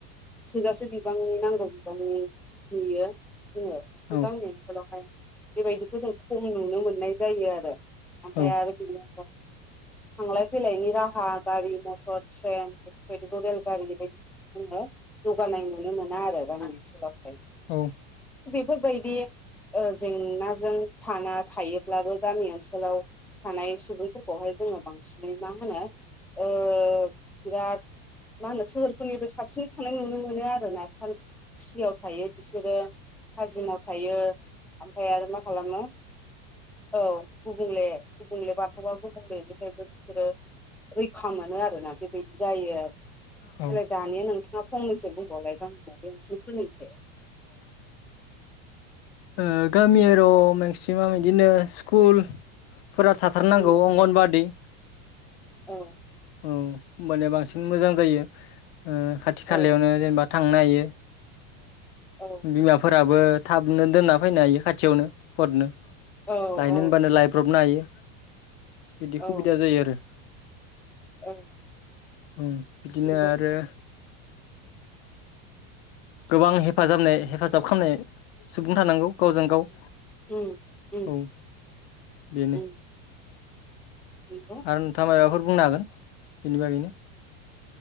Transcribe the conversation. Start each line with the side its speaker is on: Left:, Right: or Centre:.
Centre: थोजासे बिबांनि नांगौ बिबांनि नुयो जोङो गामि
Left: औ
Centre: ओनसोलावहाय बेबायदिखौ जों खम नुनो मोननाय जायो आरो। आमफाय
Left: औ
Centre: आरो बिनो
Left: <inaudible>
Centre: थांलाय फैलायनि राहा गारि मथर ट्रेन बेफोरबायदिखौ रेलगारि बेबायदि जोङो जौगानाय नुनो मोना आरो गामि ओनसोलाव।
Left: औ।
Centre: बेफोरबायदि ओ जेंनाजों थांना थायोब्लाबो गामि ओनसोलाव थानाय सुबुंफोरखौहाय जोङो बांसिनै मा होनो ओ बिराद मा होनो सोहोरफोरनिबो साबसिनै थानाय नुनो मोनो आरो ना सान्थि खुसियाव थायो बिसोरो। थाजिमाव थायो ओमफ्राय आरो मा खालामो <inaudible> औ। गुबुंले गुबुंले बार <unintelligible> गुबुंलेनिफ्रायबो बिसोरो रैखा मोनो आरोना बेबायदि जायो आरो।
Left: अ
Centre: देलाय दानिया नोंथाङा फंनैसो बुंबावलाय गामियारि ओनसोलफोरनि सायाव।
Left: ओ गामि‌ एर' मेक्सिमाम बिदिनो स्कुल फोरा थाथारनांगौ
Centre: उम
Left: अंगनबादि
Centre: औ।
Left: औ होमबानिया बांसिन मोजां जायो। ओ खाथि खालायावनो
Centre: औ
Left: जेनेबा थांनो हायो
Centre: औ
Left: बिमाफोरा बो थाबनो दोनना फैनो हायो खाथियावनो फटनो
Centre: औ
Left: लायनो
Centre: औ
Left: होनबानो लायब्रबनो हायो। बिदि सुबिदा
Centre: औ
Left: जायो आरो।
Centre: औ।
Left: उम बिदिनो
Centre: नंगौ
Left: आरो गोबां हेफाजाबनाय हेफाजाब खालामनाय सुबुं थानांगौ गावजों गाव।
Centre: उम उम
Left: औ
Centre: <inaudible>
Left: बेनो
Centre: उम। नंगौ
Left: आरो नोंथाङा माबाफोर बुंनो हागोन बेनि बागैनो?